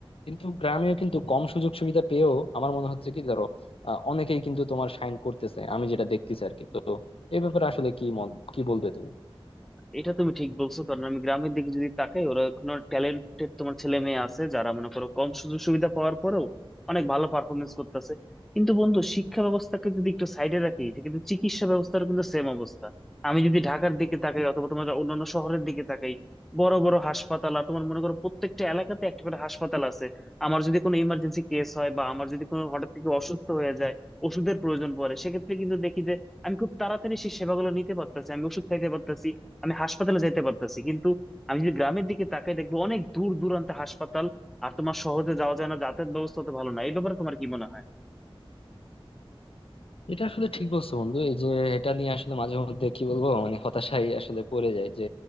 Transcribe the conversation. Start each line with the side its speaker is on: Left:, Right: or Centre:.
Left: কিন্তু গ্রামেও কিন্তু কম সুযোগ সুবিধা পেয়েও আমার মনে হচ্ছে কি আহ, অনেকেই কিন্তু তোমার সাইন করতেছে আমি যেটা দেখতেছি আর কি তো এই ব্যাপারে আসলে কি মত কি বলবে তুমি
Centre: এটা তুমি ঠিক বলছো কারণ আমি গ্রামের দিকে যদি তাকাই ওরা এখন ট্যালেন্টেড তোমার ছেলে মেয়ে আছে যারা মনে করো কম সুযোগ সুবিধা পাওয়ার পরেও অনেক ভালো পারফরমেন্স করতেছে কিন্তু বন্ধু শিক্ষা ব্যবস্থাকে যদি একটু সাইডে রাখি সে কিন্তু চিকিৎসা ব্যবস্থার কিন্তু সেম অবস্থা আমি যদি ঢাকার দিকে তাকাই অথবা তোমার অন্যান্য শহরের দিকে তাকাই বড় বড় হাসপাতাল আর তোমার মনে করো প্রত্যেকটা এলাকাতে একটা করে হাসপাতাল আছে আমার যদি কোনো ইমার্জেন্সি কেস হয় বা আমার যদি কোনো হঠাৎ থেকে অসুস্থ হয়ে যায় ওষুধের প্রয়োজন পড়ে সেক্ষেত্রে কিন্তু দেখি যে আমি খুব তাড়াতাড়ি সেই সেবাগুলো নিতে পারতেছি আমি ওষুধ খাইতে পারতেছি আমি হাসপাতালে যেতে পারতেছি কিন্তু আমি যদি গ্রামের দিকে তাকাই দেখবো অনেক দূর দূরান্তে হাসপাতাল আর তোমার শহরে যাওয়া যায় না যাতায়াত ব্যবস্থা তো ভালো না এই ব্যাপারে তোমার কি মনে হয়
Left: এটা আসলে ঠিক বলছো বন্ধু এই যে এটা নিয়ে আসলে মাঝে মধ্যে কি বলবো মানে হতাশাই আসলে পড়ে যায় যে